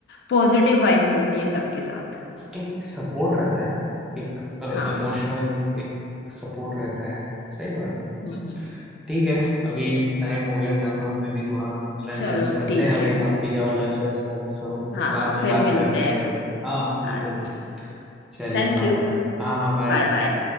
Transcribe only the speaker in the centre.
एक सपोर्ट रहता है ना एक
इमोशनल
एक सपोर्ट रहता है सही बात है
ठीक है अभी टाइम हो गया जाता हूँ मैं भी थोड़ा लंच
वंच करते
हैं अभी
आप भी जाओ लंच वंच कर करो फिर
बाद में
बात
करते हैं
कभी हाँ हाँ बिल्कुल
चलिए
बाय
बाय हाँ हाँ बाय